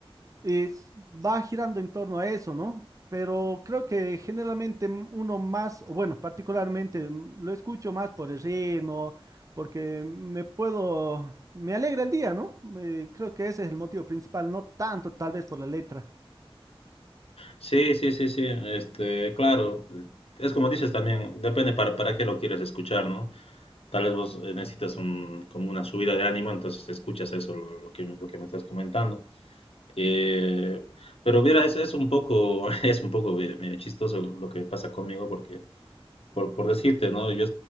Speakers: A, on the right; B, on the left.
A: es- va girando en torno a eso, ¿no? Pero creo que generalmente m- uno más, o bueno, particularmente m, lo escucho más por el ritmo, porque me puedo, me alegra el día, ¿no? Me- creo que ese es el motivo principal, no tanto tal vez por la letra.
B: Sí, sí, sí, sí, este, claro, es como dices también, depende para, para qué lo quieres escuchar, ¿no? Tal vez vos eh, necesitas un, como una subida de ánimo, entonces escuchas eso, lo, lo que, me- lo que me estás comentando. Eh, pero mira, es, es un poco, <laughs> es un poco eh, medio chistoso lo que pasa conmigo, porque, por, por decirte, ¿no? Yo,